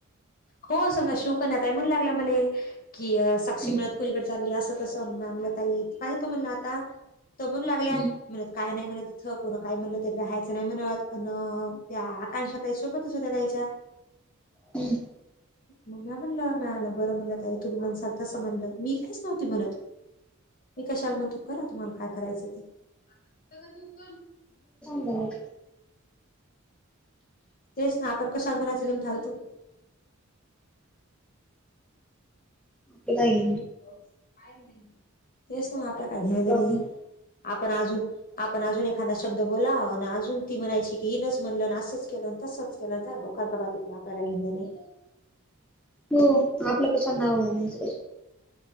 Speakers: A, on the left (about 45°); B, in the centre.
A: हो मला शिवतोय कन्या म्हणाल्या साक्षी
B: हम्म
A: मिणत खुलीकडे चालली असं तसंमलं ताई पाह तो म्हणला आता तर म्हणून लागल्या
B: हम्म
A: म्हणत काय नाही म्हण तिथं कोण काय म्हणलं तरी राहायचं नाही म्हणत अन त्या कायशातई सोबतच होत्या त्यायच्या
B: हम्
A: म्या म्हणलं मिळालं बरं म्हणला ताई तुम्ही म्हणसाल तसं म्हणलं मी काहीच नव्हती म्हणत मी कशालम तू करा तुम्हाला काय करायचं त
B: नम
A: तेच ना आपण कशवर मनाचा निम ालतो
B: कधाई
A: का तेस आप का घ्याच
B: आपलं आपण
A: नाही आपण अज आपण अज हा शब्द बोला आणि अजून ती म्हणायची की ही नच म्हणल असंच केलं तसंच केलं जा बकात बबा बा प काही हंदने
B: हो आपलं कशा नाव नाहीच क